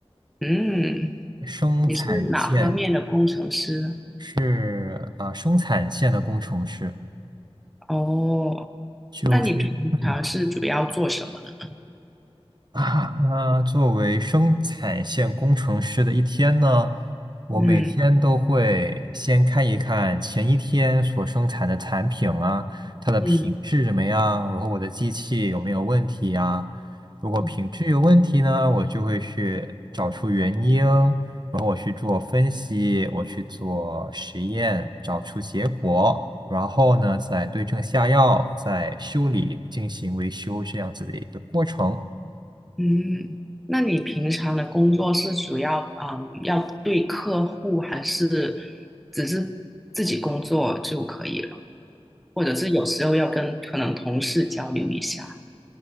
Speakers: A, in the centre; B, on the right.
A: 嗯，
B: 生产线
A: 你是哪方面的工程师呢
B: 是啊、生产线的工程师，
A: 哦，
B: 就是嗯
A: 那你平常是主要做什么呢？
B: 啊，那作为生产线工程师的一天呢，我每天都会先看一看前一天所生产的产品啊，
A: 嗯
B: 它的品质怎么样，
A: 嗯
B: 然后我的机器有没有问题啊？如果品质有问题呢，
A: 嗯
B: 我就会去找出原因，然后我去做分析，我去做实验，找出结果，然后呢，再对症下药，再修理，进行维修这样子的一个过程。
A: 嗯，那你平常的工作是主要嗯要对客户，还是只是自己工作就可以了？或者是有时候要跟可能同事交流一下